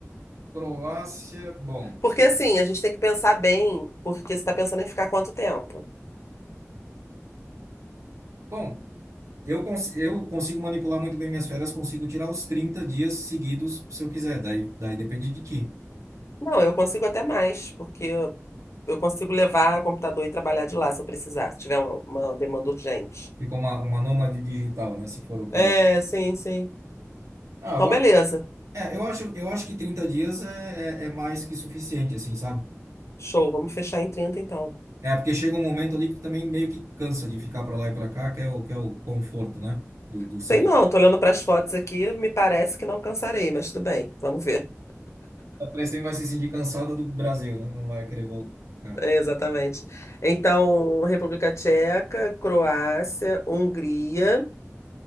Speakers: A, on the right; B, on the left.
A: Croácia, bom.
B: Porque assim, a gente tem que pensar bem, porque você está pensando em ficar quanto tempo?
A: Bom, Eu, cons eu consigo manipular muito bem minhas férias, consigo tirar os 30 dias seguidos se eu quiser. Daí, daí depende de ti.
B: Não, eu consigo até mais, porque eu eu consigo levar o computador e trabalhar de lá se eu precisar, se tiver uma, uma demanda urgente.
A: Fica uma, uma nômade digital, né? Se for o caso.
B: É, sim, sim.
A: Ah,
B: Então,
A: eu,
B: beleza.
A: a- é, eu acho, eu acho que 30 dias é, é, é mais que suficiente, assim, sabe?
B: Show, vamos fechar em 30 então.
A: É porque chega um momento ali que tu também meio que cansa de ficar para lá e para cá, que é o, que é o conforto, né? Do, do celular.
B: Sei não, tô olhando para as fotos aqui, me parece que não cansarei, mas tudo bem, vamos ver.
A: A pessoa vai se sentir cansada do Brasil, né? Não vai querer voltar. pra cá.
B: É, exatamente. Então, República Tcheca, Croácia, Hungria,